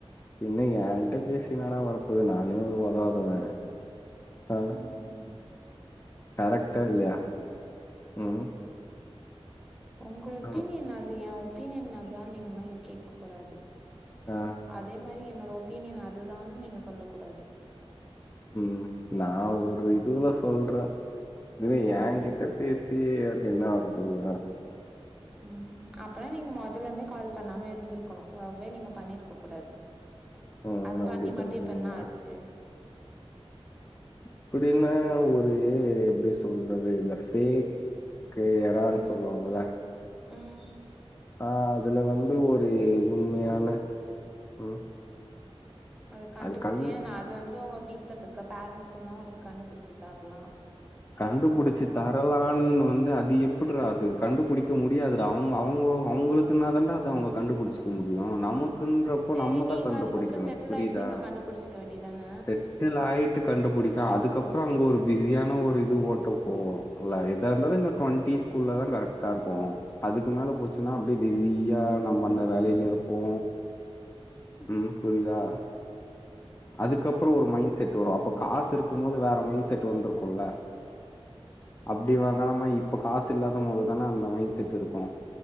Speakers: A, on the left; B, in the centre.
A: பின்ன ஏன்ட்ட பேசி என்னடா வரப்போது நானே ஒரு உதவாக்கறதான ஆ
B: ம்
A: கரெக்டா
B: ம்
A: இல்லயா உம்
B: உங்க ஒப்பீனியன்
A: ஆமா.
B: அது எ ஒப்பீனியன் அதான்னு நீங்கல்லா இத கேக்க கூடாது
A: ஆ
B: அதே மாரி என்னோட ஒப்பீனியன் அதுதானு நீங்க சொல்லக்கூடாது
A: உம் நா
B: ம்
A: ஒரு இதுவுல சொல்றே இதுவே
B: ம்
A: ஏங்கிட்ட பேசியே எதாச்சு என்ன வரபோகுதுடா
B: உம் அப்பனா நீங்க மொதல்லந்தே கால் பண்ணாம இருந்துருக்கணு லவ்வே நீங்க பண்ணிருக்க கூடாது
A: ம்
B: அது
A: அப்படி
B: பண்ணி மட்டு
A: சொல்றீங்களா?
B: இப்பென்ன ஆச்சு
A: இப்பிடின்னா ஒரு எப்டி சொல்றது இந்த ஃபேக் க்கே எறான் சொல்லுவாங்கல்ல
B: ம்
A: ஆ அதுல வந்து ஒரே உண்மையான ம்
B: அத கண்டுபிடியே
A: அது கண்
B: நா அது வந்து ஒங்க வீட்ல இப்பக்க பேரன்ட்ஸ் கூடதா ஒங்களுக் கண்டுபிடிச்சி தர்லா
A: கண்டுபுடிச்சிட் தரலான் வந்து அது எப்பிட்றா அது கண்டுபுடிக்க முடியாதுறா அவுங்க அவுங்கோ அவுங்குளுக்குன்னாதான்டா அது அவுங்கக் கண்டுபுடிச்சிக்க முடியு நமக் க்குன்றப்போ
B: சரி
A: நம்மதாக்
B: நீங்க
A: கண்டுபுடிக்கணு
B: அதுக்கப்புறோ செட்டில்
A: புரியுதா
B: ஆயிட்டு நீங்க கண்டுபிடிச்சுக்க வேண்டியதான
A: செட்டில் லைட்டு கண்டுபுடிப்ப அதுக்கப்றோ அங்க ஒரு பிஸியான ஒர் இது ஓட்டப்போவோ இல்ல எதா இந்தாலு இந்த டொண்டிஸ்குள்ளதா கரெக்டாருக்கு அதுக்கு மேல போச்சுன்னா அப்டே பிஸியா நம்ம அந்த வேலைல இருப்போ ம் ம் புரிதா? அதுக்கப்றோ
B: அப்
A: ஒரு மைண்ட் செட் வரு அப்ப காசு இருக்கும்மோது வேற மைண்ட் செட் வந்துருக்குல்ல அப்டி
B: ம்
A: வராம இப்ப காசு இல்லாதமோதுதானே அந்த மைண்ட செட் இருக்கு